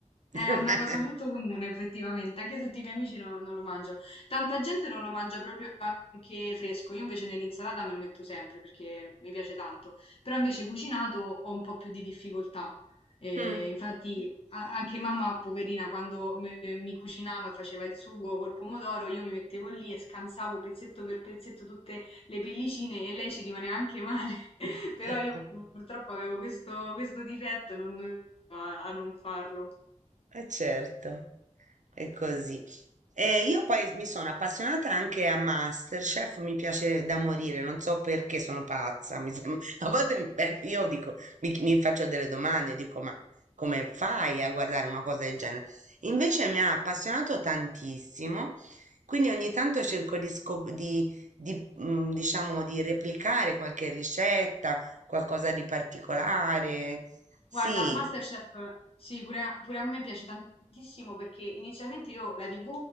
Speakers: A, on the right; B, on the left.
A: <laughs>
B: È una cosa molto comune effettivamente, anche tutti i miei amici no- non lo mangiano. Tanta gente non lo mangia proprio anche fresco, io invece nell'insalata me lo metto sempre perché mi piace tanto, però invece cucinato ho un po' più di difficoltà. Eh,
A: Mm.
B: infatti a- anche mamma, poverina, quando me- mi cucinava e faceva il sugo col pomodoro, io mi mettevo lì e scansavo pezzetto per pezzetto tutte le pellicine e lei ci rimaneva anche male, <laughs>
A: <laughs>
B: però io purtroppo avevo questo, questo difetto non- a a non farlo.
A: Eh certo, è così. E io poi mi sono appassionata anche a MasterChef, mi piace da morire, non so perché sono pazza, mi sembra. <laughs> A volte mi- beh, io dico, mi, mi faccio delle domande, dico, ma come fai a guardare una cosa del genere? Invece mi ha appassionato tantissimo, quindi ogni tanto cerco di, scop- di- di, mm, diciamo, di replicare qualche ricetta, qualcosa di particolare. Sì,
B: Guarda, MasterChef, sì, pure a, pure a me piace tantissimo perché inizialmente io la TV